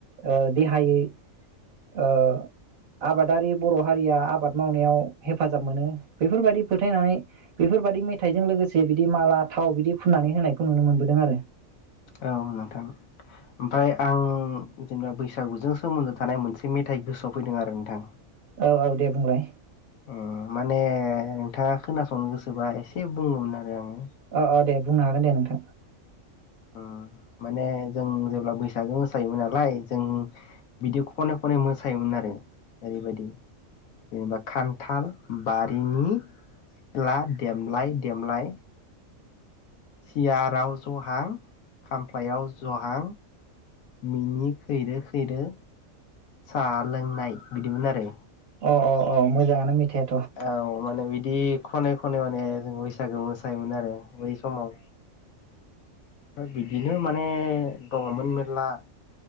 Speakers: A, on the right; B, on the left.
A: ओ देहायै ओ आबादारि बर' हारिया आबाद मावनायाव हेफाजाब मोनो बेफोरबायदि फोथायनानै बेफोरबायदि मेथाइजों लोगोसे बिदि माला थाव बिदि फुननानै होनायखौ नुनो मोनबोदों आरो
B: औ नोंथां ओमफ्राय आं जेनेबा बैसागुजों सोमोन्दो थानाय मोनसे मेथाइ गोसोआव फैदों आरो नोंथां
A: औ औ दे बुंलाय
B: ओम माने नोंथाङा खोनासंनो गोसोबा एसे बुंगौमोन आरो आङो
A: अ अ दे बुंनो हागोन दे नोंथां
B: ओम माने जों जेब्ला बैसागो मोसायोमोन नालाय जों बिदि खन खनै मोसायोमोन आरो ओरैबायदि जेनेबा खान्थाल बारिनि सिख्ला देमलाय देमलाय सियाराव जहां खामफ्लायाव जहां मिनि खैरो खैरो साहा लोंनाय बिदिमोन आरो
A: अ अ अ मोजाङानो मेथाइया
B: औ माने बिदि खनै खनै माने जों बैसागो मोसायोमोन आरो बै समाव ओमफ्राय बिदिनो माने दङमोन मेरला